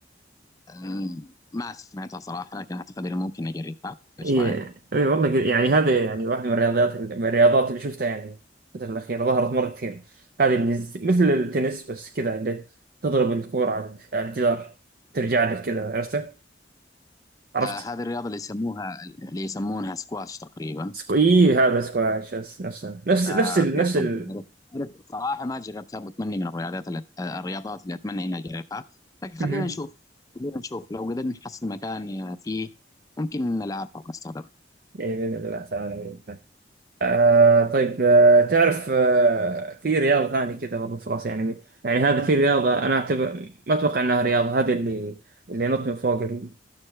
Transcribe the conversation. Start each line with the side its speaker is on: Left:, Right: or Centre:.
Left: أم، ما سمعتها صراحة لكن أعتقد إنه ممكن أجربها إيش
Right: ايه
Left: رأيك؟
Right: ايه والله قد- يعني هذا يعني واحده من الرياضيات من الرياضات اللي شفتها يعني الفتره الاخيره ظهرت مره كثير هذه اللي ز- مثل التنس بس كذا اللي تضرب الكوره على على الجدار ترجع لك كذا عرفت عرفت
Left: آه هذه الرياضة اللي يسموها اللي يسمونها سكواش تقريبا
Right: سكو... إيه هذا سكواش بس نفسه نفس
Left: آه
Right: نفس ال...
Left: كيف
Right: نفس
Left: فهمت
Right: ال...
Left: عرفت عرفت صراحة ما جربتها وأتمنى من الرياضات اللي آه، الرياضات اللي أتمنى إني أجربها لكن خلينا
Right: مهم.
Left: نشوف خلينا نشوف لو قدرنا نحصل مكان آه، فيه ممكن نلعبها ونستخدمها
Right: إيه بإذن الله تعالى بإذن الله آه طيب آه تعرف آه في رياضة ثانية كذا برضه في راسي يعني يعني هذا في رياضة أنا أعتبر ما أتوقع أنها رياضة هذه اللي اللي ينط من فوق ال...